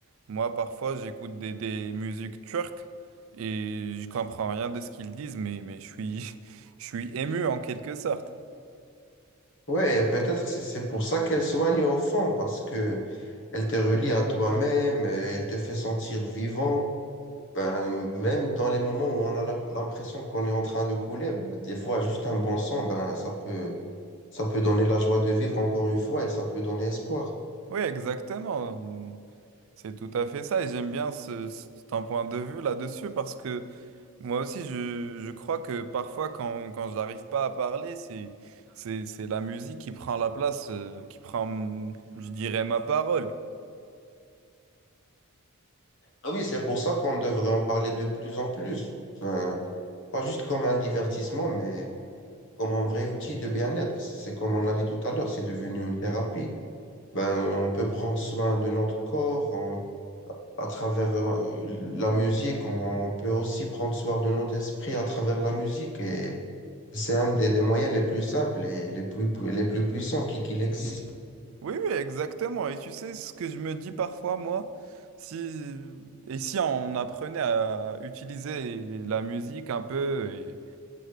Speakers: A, on the right; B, on the left.
A: Moi, parfois, j'écoute des, des musiques turques et je comprends rien de ce qu'ils disent, mais, mais je suis, <laughs> je suis ému en quelque sorte.
B: Ouais, et peut-être c'est c'est pour ça qu'elle soigne au fond, parce que elle te relie à toi-même, et elle te fait sentir vivant. Ben, même dans les moments où on a la- l'impression qu'on est en train de couler, des fois, juste un bon son, ben, ça peut, ça peut donner la joie de vivre encore une fois et ça peut donner espoir.
A: Oui, exactement. C'est tout à fait ça et j'aime bien ce, ce- ton point de vue là-dessus parce que Moi aussi, je, je crois que parfois, quand, quand j'arrive pas à parler, c'est, c'est, c'est la musique qui prend la place, euh, qui prend, hum, je dirais, ma parole.
B: Ah Oui, c'est pour ça qu'on devrait en parler de plus en plus. Ben, pas juste comme un divertissement, mais comme un vrai outil de bien-être. C'est comme on a dit tout à l'heure, c'est devenu une thérapie. Ben, on peut prendre soin de notre corps, on- à travers euh, la musique, on peut aussi prendre soin de notre esprit à travers la musique et C'est un des, des moyens les plus simples et les plus, pu- les plus puissants qui, qu'il existe.
A: Oui, oui, exactement. Et tu sais ce que je me dis parfois, moi, si, et si on apprenait à utiliser la musique un peu, et,